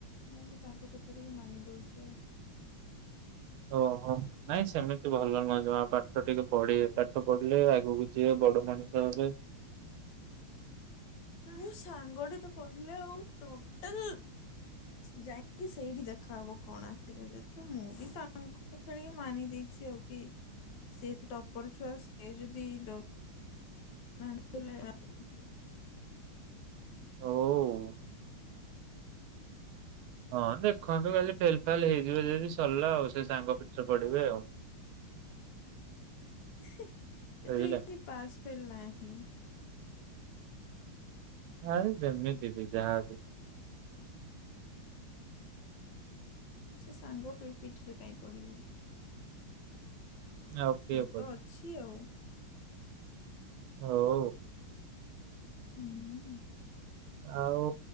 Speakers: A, on the left (about 65°); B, on the right (about 80°).
A: ମୁଁ ବି ତାଙ୍କ କଥା ଟିକେ ମାନି ଦଉଛି ଆଉ।
B: ଓହୋ ନାଇଁ ସେମିତି ଭଲ ନୁହ ଜମା ପାଠ ଟିକେ ପଢିବେ ପାଠ ପଢିଲେ ଆଗକୁ ଯିବେ ବଡ ମ <unintelligible>
A: ମୁଁ ସାଙ୍ଗଟେ ତ କହିଲା ଆଉ ଟୋଟାଲ ଯାଇକି ସେଇଠି ଦେଖାହବ କଣ ଆସିବ ଯେହେତୁ ମୁଁ ବି ତାଙ୍କ କଥା ଟିକେ ମାନି ଦେଇଛି ଆଉ। କି ସେ ତ ଟପର ଛୁଆ ସେ ଯଦିଡ ନାହାଁନ୍ତି <unintelligible>
B: ଓ ଉ। ହଁ ଦେଖନ୍ତୁ କାଲି ଫେଲ ଫାଲ ହେଇଯିବେ ଯଦି ସରିଲା ଆଉ ସେ ସାଙ୍ଗ ପିଠୀ ରେ ପଡିବେ ଆଉ।
A: ଏଥିରେ
B: ବୁଝିଲେ
A: କିଛି ପାସ୍ ଫେଲ ନାହିଁ।
B: ଆରେ ଯେମିତି ବି ଯାହାବି।
A: ସେ ସାଙ୍ଗ ପିଠିରେ କାଇଁ ପଡିବେ।
B: ଆଉ କିଏ
A: ସିଏ
B: ପଡିବ
A: ତ ଅଛି ଆଉ।
B: ହଉ।
A: ହୁଁ,
B: ଆଉ